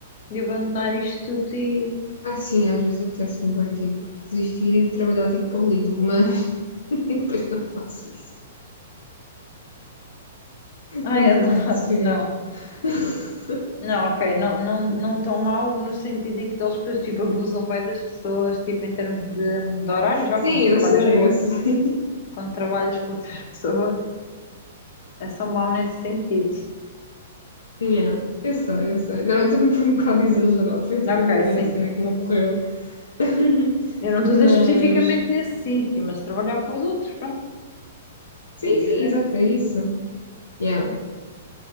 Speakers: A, on the left (about 50°); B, on the left (about 75°).
A: De abandonar isto tudo e.
B: Ah, sim, às vezes apetece-me bem, tipo, desistir e ir trabalhar, tipo, para o Lidl, mas <laughs> depois não faço isso.
A: Ai,
B: Não
A: <laughs> adoro.
B: pode ser.
A: Não.
B: <laughs>
A: Não, ok, não, não, não tão mal no sentido em que eles depois, tipo, abusam bem das pessoas, tipo, em termos de, de horários, vá,
B: Sim,
A: quando tu trabalhas
B: eu sei,
A: para outros,
B: eu sei.
A: quando trabalhas para outras <laughs> pessoas, é só mal nesse sentido.
B: Yeah, Eu sei, eu sei. Não, eu também fui um bocado exagerado. Foi tipo
A: Ok,
B: a primeira
A: sim.
B: cena que me ocorreu. <laughs>
A: Eu não estou
B: Mas,
A: a dizer especificamente nesse sítio, mas trabalhar para os outros, pronto,
B: sim,
A: é diferente.
B: sim, exato, é isso. Yeah.